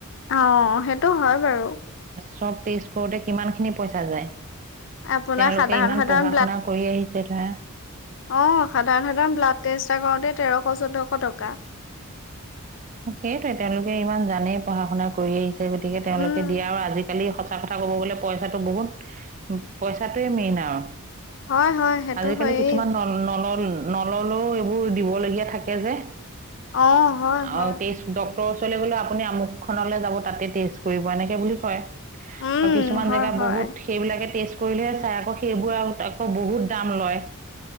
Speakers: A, on the left; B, on the right.
A: অঁ সেইটো হয় বাৰু।
B: চব টেষ্ট কৰোতে কিমান খিনি পইচা যায়।
A: আপোনাৰ
B: তেওঁলোকে
A: সাধাৰণ
B: ইমান
A: সাধাৰণ
B: পঢ়া শুনা কৰি আহিছে ধৰা।
A: অঁ সাধাৰণ সাধাৰণ ব্লাড টেষ্ট এটা কৰোতে তেৰশ চৈধ্যশ টকা
B: সেইটো তেওঁলোকে ইমান জানেই পঢ়া শুনা কৰি আহিছে গতিকে
A: উম,
B: তেওঁলোকে দিয়া আৰু আজিকালি সঁচা কথা ক'ব গ'লে পইচাটো বহুত পইচাটোৱেই মেইন আৰু
A: হয় হয় সেইটো
B: আজিকালি
A: হয়েই।
B: কিছুমান ন নলয় নললো ও এইবোৰ দিবলগীয়া থাকে যে
A: অঁ হয় হয়।
B: আৰু তে ৰ ওচৰলৈ গলে আপুনি আমোকখনলৈ যাব তাতে টেষ্ট কৰিব এনেকে বুলি কয় আৰু
A: উম,
B: কিছুমান
A: হয়
B: জেগা
A: হয়।
B: বহুত সেইবিলাকে ষ্টেট কৰিলেহে চাই আকৌ সেইবোৰ আকৌ বহুত দাম লয়